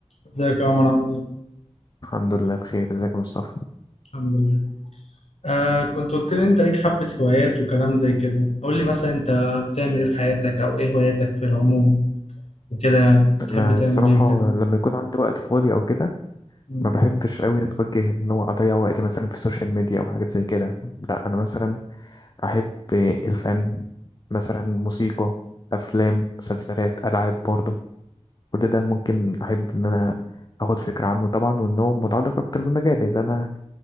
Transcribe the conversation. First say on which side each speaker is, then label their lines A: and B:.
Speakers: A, on the left; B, on the left.
A: ازيك يا عمر عامل ايه؟
B: الحمد لله بخير ازيك يا مصطفى
A: الحمد لله آه كنت قلت لي انت ليك حبة هوايات وكلام زي كده قول لي مثلا انت بتعمل ايه في حياتك او ايه هواياتك في العموم وكده يعني بتحب
B: انا
A: تعمل
B: الصراحه
A: ايه وكده
B: لما يكون عندي وقت فاضي او كده
A: مم.
B: ما بحبش قوي اتوجه ان هو اضيع وقتي مثلا في السوشيال ميديا او حاجات زي كده لا انا مثلا احب الفن مثلا موسيقى افلام مسلسلات العاب برضو كل ده ممكن احب ان انا اخد فكره عنه طبعا وان هو متعلق اكتر بالمجال اللي انا